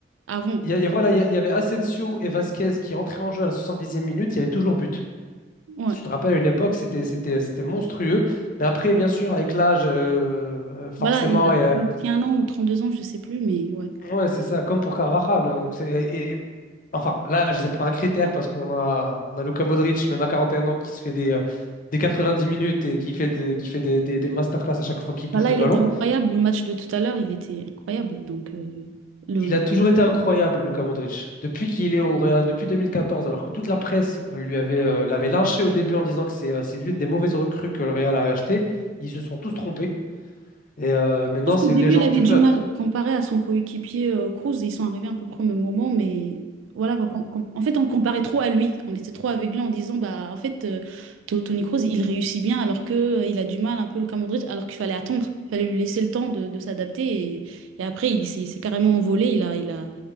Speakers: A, on the right; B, on the left.
A: avant.
B: il y a- il y a- voilà, il y a- il y avait Asensio et Vasquez qui entraient en jeu à la 70e minute. Il y avait toujours but.
A: Ouais.
B: Si tu te rappelles, à une époque, c'était, c'était, c'était monstrueux. Mais après, bien sûr, avec l'âge, euh, forcément,
A: Voilà, il a
B: et euh,
A: 31 ans ou 32 ans, je sais plus, mais ouais.
B: Ouais, c'est ça, comme pour Carvajal. hein, Donc c'est, et- et- enfin, là, je sais pas un critère parce qu'on a, on a Luka Modric, même à 41 ans, qui se fait des, euh, des dix minutes et qui fait, des, qui fait des, des, des masterclass à chaque fois qu'il touche
A: Voilà,
B: le
A: il
B: ballon.
A: était incroyable. Le match de tout à l'heure, il était incroyable. Donc, euh, le,
B: Il
A: le-
B: a toujours été incroyable, Luka Modric, depuis qu'il est au Real, depuis 2014. alors que toute la presse lui avait, euh, l'avait lynché au début en disant que c'est, euh, c'est l'une des mauvaises recrues que le Real a achetées. Ils se sont tous trompés et euh, maintenant,
A: trouve qu'au
B: c'est
A: début,
B: une légende
A: il avait
B: du
A: du
B: club.
A: mal comparé à son coéquipier euh, Cruz. Ils sont arrivés à peu près au même moment, mais voilà. quoi, qu'on- qu'on- en fait, on comparait trop à lui. On était trop aveuglés en disant, bah, en fait, euh, To- Tony Cruz, il réussit bien alors que euh, il a du mal un peu le cas Modric, alors qu'il fallait attendre. Il fallait lui laisser le temps de, de s'adapter. Et, et après, il s'est il s'est carrément envolé. Il a, il a,